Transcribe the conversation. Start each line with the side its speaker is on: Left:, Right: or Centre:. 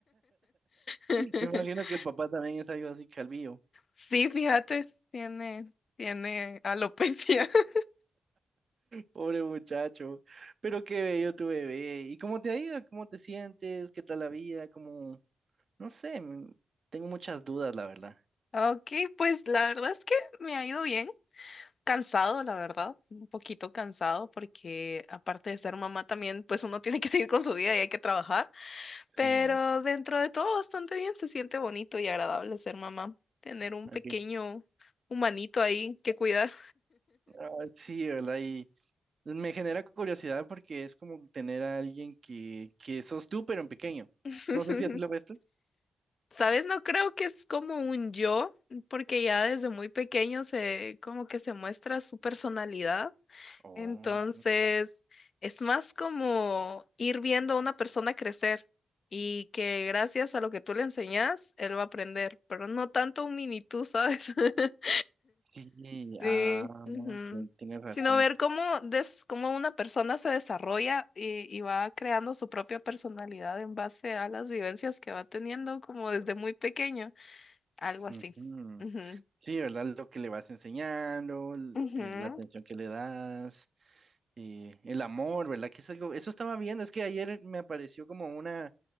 Left: <laughs>
Right: Me imagino que el papá también es algo así calvillo.
Left: Sí, fíjate, tiene, tiene alopecia. <laughs>
Right: Pobre muchacho, pero qué bello tu bebé. ¿Y cómo te ha ido? ¿Cómo te sientes? ¿Qué tal la vida? ¿Cómo? No sé, mm, tengo muchas dudas, la verdad.
Left: Ok, pues la verdad es que me ha ido bien. Cansado, la verdad, un poquito cansado porque aparte de ser mamá también, pues uno tiene que seguir con su vida y hay que trabajar.
Right: Sí,
Left: Pero
Right: va.
Left: dentro de todo bastante bien, se siente bonito y agradable ser mamá, tener un
Right: Hay
Left: pequeño
Right: que-
Left: humanito ahí que cuidar.
Right: ah, sí, ¿verdad? Y me genera curiosidad porque es como tener a alguien que, que sos tú, pero en pequeño.
Left: <laughs>
Right: No sé si así lo ves tú.
Left: ¿Sabes? No creo que es como un yo, porque ya desde muy pequeño se como que se muestra su personalidad.
Right: Oh,
Left: Entonces, es más como ir viendo a una persona crecer y que gracias a lo que tú le enseñas, él va a aprender, pero no tanto un mini tú, ¿sabes? <laughs>
Right: sí,
Left: Sí,
Right: ah,
Left: ujú.
Right: tien- tienes razón.
Left: Sino ver cómo, des, cómo una persona se desarrolla y, y va creando su propia personalidad en base a las vivencias que va teniendo como desde muy pequeño, algo así.
Right: Ujú.
Left: Ujú,
Right: Sí, ¿verdad? Lo que le vas enseñando, l-
Left: ujú,
Right: eh, la atención que le das, eh, el amor, ¿verdad? Que es algo, eso estaba viendo, es que ayer me apareció como una